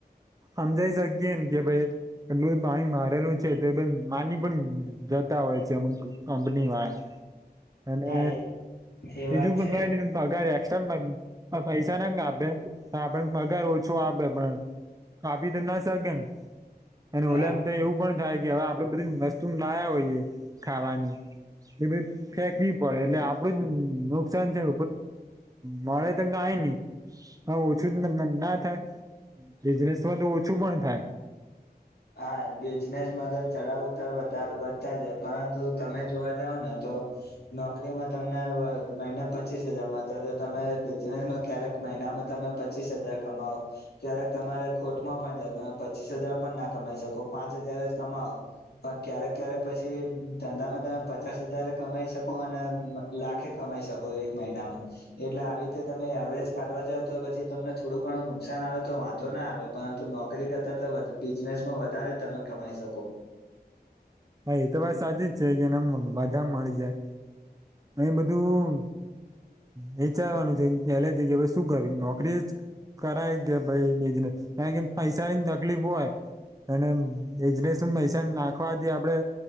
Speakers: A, on the right; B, on the left.
A: સમજાઈ શકીએ ને કે ભાઈ એટલું પાણી મારેલું છે તો માની પણ જતા હોય છે અમુક કંપની વાળા અને
B: હા એ
A: બીજું
B: વાત
A: પણ
B: છે
A: કંઈ પગાર એક્સ્ટ્રા પૈસા ના આપે હા પણ પગાર ઓછો આપે પણ આપી તો ના શકે અને
B: હા
A: ઓલામ તો એવું પણ થાય કે હવે આપડે બધી વસ્તુ લયા હોઈએ ખાવાની એ બધી ફેંકવી પડે એટલે આપડું જ નુકસાન છે મળે ત કાય ની હા ઓછું ના થાય બિઝનેસમાં તો ઓછું પણ થાય
B: હા બિઝનેસમાં તો ચડાવ ઉતાર વધતા જ પરંતુ તમે જોવા જાવ ને તો નોકરીમાં તમને મહિને પચીસ હજાર તમે બિનેસ કયારેક મહીનામાં તમે પચીસ હજાર કમાવો ક્યારેક તમારે ખોટમાં પણ જાાવ તમે પચીસ હજાર પણ નાખ કમાઈ શકો પાંચ હજાર જ કમાવ પણ ક્યારેક ક્યારેક પછી ધંધામાં તમે પચાસ હજાર કમાઈ શકો અને લાખે કમાય શકો એક મહિનામાં એટલે આવી રીતે તમે એવરેજ કાઢવા જાવ તો પછી તમને થોડું ઘણું નુકસાન આવે તો વાંધ ના આવે પરંતુ નોકરી કરતા તો બિઝનેસ વધારે તમે કમાઈ શકો
A: હા એ તો વાત સાચી જ છે કેને બધા મળી જાય એ બધું એ વિચરવાનું છે પેલેથી કે શું કરુ નોકરી જ કરાય કે ભાઈ બિજનેસ કારણ કે પૈસાની તકલીફ હોય અને બિઝનેસમાં પૈસા નાખવાથી આપડે